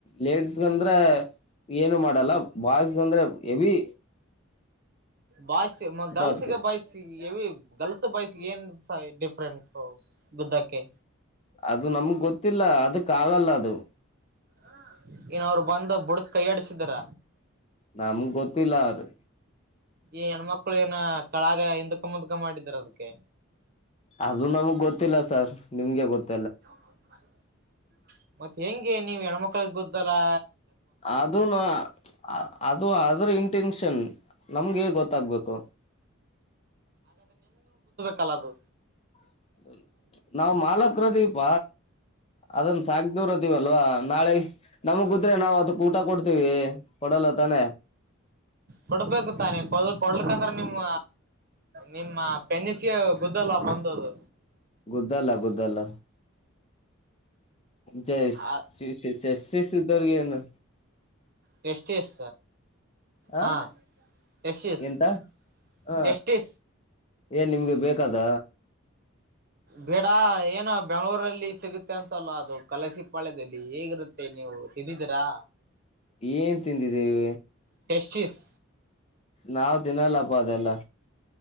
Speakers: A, on the left; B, on the right.
A: ಲೇಡಿಸ್ಗಂದ್ರೆ ಏನು ಮಾಡಲ್ಲ ಬಾಯ್ಸ್ಗಂದ್ರೆ ಎವಿ.
B: ಬಾಯ್ಸ್ ಮ ಗಲ್ಸಿಗೆ
A: ಅದಕ್
B: ಬಾಯ್ಸಿಗಿ ಎವಿ. ಗರ್ಲ್ಸ್ ಬಾಯ್ಸ್ ಏನ್ ಸಾ ಡಿಫ್ರೆನ್ಟ್ಸು ಬುದ್ದಕ್ಕೆ.
A: ಅದು ನಮುಗ್ ಗೊತ್ತಿಲ್ಲ ಅದಕ್ ಆಗಲ್ಲ ಅದು.
B: ಆ ಇನ ಅವ್ರು ಬಂದ ಬುಡ್ಕ್ ಕೈಯಾಡಿಸಿದಾರ.
A: ನಮಗ್ ಗೊತ್ತಿಲ್ಲ ಅವ್ರ
B: ಈ ಹೆಣ್ಮಕ್ಳು ಏನ ಕಳಾಗ ಹಿಂದಕ ಮುಂದ್ಕ ಮಾಡಿದಾರ ಅದ್ಕೆ.
A: ಅದು ನಮಗ್ ಗೊತ್ತಿಲ್ಲ ಸರ್ ನಿಮ್ಗೆ ಗೊತ್ತ್
B: <inaudible> ಮತ್ತ್ ಹೆಂಗೆ. ನೀವ್ ಹೆಣ್ಮಕ್ಕಳಿಗ್ ಗೊತ್ತಲ್ಲಾ.
A: ಅದುನು ಮ್ಚ್ ಅ ಅದು ಅದುರ್ ಇಂಟೆನ್ಷನ್ ನಮ್ಗೆ ಗೊತ್ತಾಗ್ಬೇಕು.
B: ಕಲದು.
A: ಅ ಮ್ಚ್ ನಾವ್ ಮಾಲಕ್ರದೀಪ ಅದನ್ ಸಾಕು. ದೂರದೀವಲ್ವಾ ನಾಳೆ ನಮುಗುದ್ರೆ ನಾವು ಅ ಊಟ ಕೊಡ್ತೀವಿ ಕೊಡಲ್ಲ ತಾನೆ
B: ಕೊಡ್ಬೇಕ ತಾನೆ ಕೊಳ್ಕಂದ್ರ ನಿಮ್ಮ ನಿಮ್ಮ ಪೆನ್ನಸಿಗೆ ಗುದ್ದಲ್ವಾ ಬಂದದು
A: ಗುುದದ್ದಲ್ಲ ಗುದ್ದಲ್ಲ ಜಯ
B: ಹ
A: ಶ್ರೀ ಶ್ರೀ ಜಯ ಶ್ರೀ ಸ್ಧರ್ಗೆನು
B: ತಷ್ಟಟಿಸ್
A: ಆ
B: ಹಾ ತಷ್ಟಿಷ್ಟಟಿ
A: ಎಂತ ಹ ಏನ್ ನಿಮ್ಗೆ ಬೇಕದ
B: ಬೇಡ ಏನ ಬೆಂಗ್ಳೂರಲ್ಲಿ ಸಿಗುತ್ತೆ ಅಂತಲ್ಲ ಅದು ಕಲಸಿ ಪಾಳ್ಯದಲ್ಲಿ ಹೇಗಿರುತ್ತೆ ನೀವು ತಿದ್ದಿದಿರಾ
A: ಏನ್ ತಿಂದಿದ್ದೀವಿ
B: ಪಶ್ಚಿಸ್
A: ನಾವ್ ತಿನ್ನಲ್ಲಪ್ಪ ಅದೆಲ್ಲ